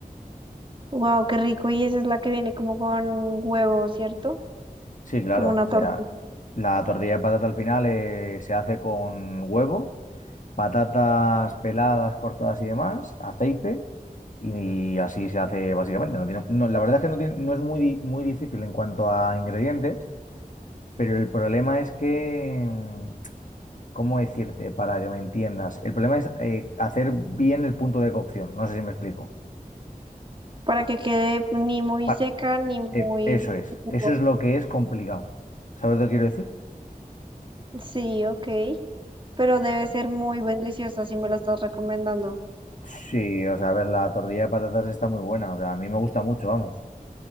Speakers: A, on the right; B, on the left.
A: Wow, qué rico. Y esa es la que viene como con huevo, ¿cierto?
B: Sí, claro.
A: Como una
B: O sea,
A: torta.
B: la tortilla de patata al final eh, se hace con huevo, patatas peladas, cortadas y demás, aceite, y así se hace básicamente. No tiene, no, la verdad es que no, tiene- no es muy, di- muy difícil en cuanto a ingredientes, pero el problema es que, mm, ¿cómo decirte para que me entiendas? El problema es eh, hacer bien el punto de cocción. No sé si me explico.
A: para que quede ni muy
B: Pa-
A: seca ni muy
B: eh, eso es.
A: jugosa.
B: Eso es lo que es complicado. ¿Sabes lo que quiero decir?
A: Sí, ok. Pero debe ser muy deliciosa si me la estás recomendando.
B: Sí, o sea, a ver, la tortilla de patatas está muy buena, o sea, a mí me gusta mucho, vamos.